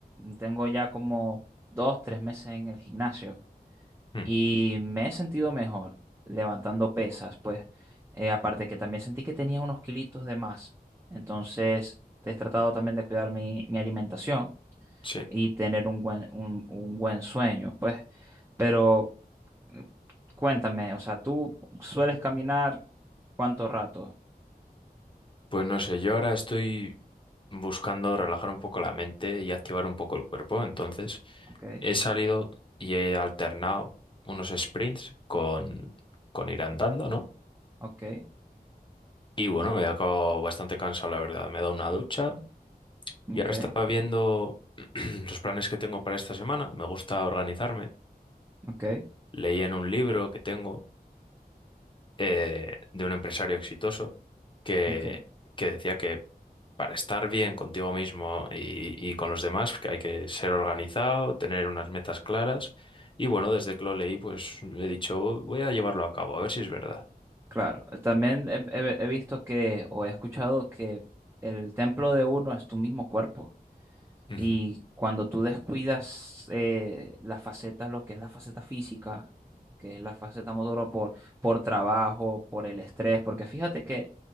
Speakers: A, on the right (about 15°); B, on the left (about 30°).
A: tengo ya como dos, tres meses en el gimnasio.
B: Mm,
A: Y me he sentido mejor levantando pesas, pues. Eh, aparte que también sentí que tenía unos kilitos de más. Entonces, he tratado también de cuidar mi, mi alimentación
B: Sí.
A: y tener un buen, un, un buen sueño, pues. Pero mm, cuéntame, o sea, ¿tú sueles caminar cuánto rato?
B: Pues no sé, yo ahora estoy buscando relajar un poco la mente y activar un poco el cuerpo. Entonces,
A: Ok,
B: he salido y he alternado unos sprints con, con ir andando, ¿no?
A: ok,
B: Y bueno, me he acabado bastante cansado, la verdad. Me he dado una ducha
A: ok,
B: y ahora estaba viendo <clears throat> los planes que tengo para esta semana. Me gusta organizarme.
A: ok,
B: Leía en un libro que tengo eh, de un empresario exitoso que,
A: ok.
B: que decía que para estar bien contigo mismo y, y con los demás, que hay que ser organizado, tener unas metas claras. Y bueno, desde que lo leí, pues he dicho, voy a llevarlo a cabo, a ver si es verdad.
A: Claro, eh, también he, he he visto que, o he escuchado que el templo de uno es tu mismo cuerpo.
B: Ujú,
A: Y cuando tú descuidas eh, la faceta, lo que es la faceta física, que es la faceta motora por, por trabajo, por el estrés, porque fíjate que